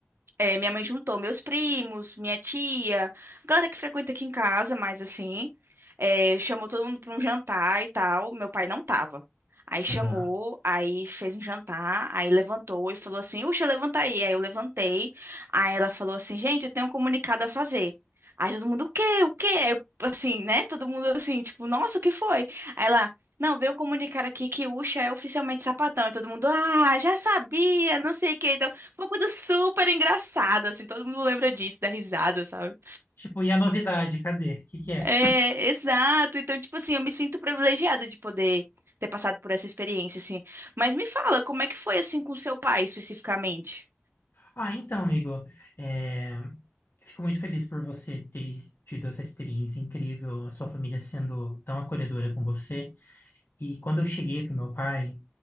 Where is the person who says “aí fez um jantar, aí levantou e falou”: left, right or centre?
Right